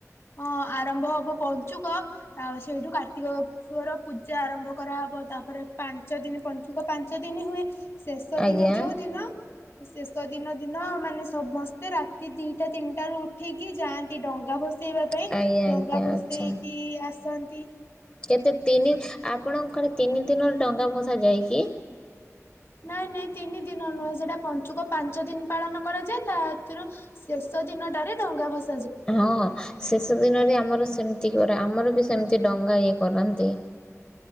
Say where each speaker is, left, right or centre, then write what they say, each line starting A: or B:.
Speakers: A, on the left; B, on the left.
A: ଅଁ, ଆରମ୍ଭ ହବ ପଞ୍ଚୁକ ତା ସେଇଠୁ କାର୍ତ୍ତିକଶ୍ୱର ପୂଜା ଆରମ୍ଭ କରାହବ, ତାପରେ ପା ଞ୍ଚ ଦିନ ପଞ୍ଚୁକ ପାଞ୍ଚ ଦିନ ହୁଏ। ଶେଷ
B: ଆଜ୍ଞା
A: ଦିନ ଯୋଉ ଦିନ ଶେଷ ଦିନ ଦିନ ମାନେ ସମସ୍ତେ ରାତି ଦିଟା ତିନିଟା ରୁ ଉଠିକି ଯାଆନ୍ତି ଡଙ୍ଗା ଭସ ସେଇବା
B: ଆଜ୍ଞା
A: ପାଇଁ ଡଙ୍ଗା
B: ଆଜ୍ଞା
A: ବସେଇକି
B: ଆଚ୍ଛା।
A: ଆସ ସନ୍ତି।
B: କେତେ ତିନି ଆପଣଙ୍କ ଆଡେ ତିନି ଦିନରେ ଡଙ୍ଗା ଭସା ସ ଯାଇକି
A: ନାଇଁ ନାଇଁ ତିନି ଦିନ ନୁହେଁ ସେଟା ପଞ୍ଚୁକ ପାଞ୍ଚ ଦିନ ପାଳନ କରାଯାଏ ତାଥିରୁ ଶେଷ ଦିନଟାରେ ଡଙ୍ଗା ଭସା
B: ହଁ ହଁ ଶେଷ ଦିନରେ ଆମର ସେମିତି କରେ ଆମର ବି ସେମିତି ଡଙ୍ଗା ଇଏ କରନ୍ତି।